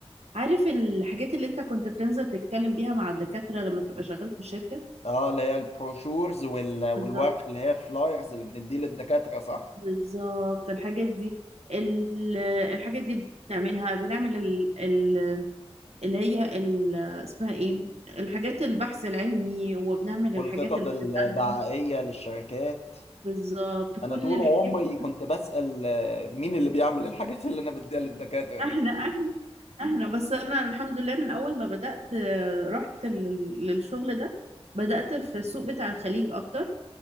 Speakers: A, on the right; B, on the left.
A: عارف الحاجات اللي انت كنت بتنزل تتكلم بيها مع الدكاترة لما تبقى شغال في شركة
B: اه اللي هي البروشورز وال... والورق
A: بالظبط
B: اللي هي فلايرز اللي بنديه للدكاترة صح؟
A: بالظبط الحاجات دي ال- الحاجات دي بنعملها بنعمل ال ال اللي هي ال- اسمها ايه الحاجات البحث العلمي وبنعمل
B: والخطط
A: الحاجات اللي
B: الدعائية
A: بتتقدم
B: للشركات
A: بالظبط كل
B: انا طول
A: الحاجات
B: عمري كنت
A: دي.
B: بسأل آه، مين اللي بيعمل الحاجات اللي انا بديها للدكاترة دي
A: احنا احنا احنا بس انا الحمد لله من اول ما بدأت آه، رحت لل- للشغل ده بدأت في السوق بتاع الخليج اكتر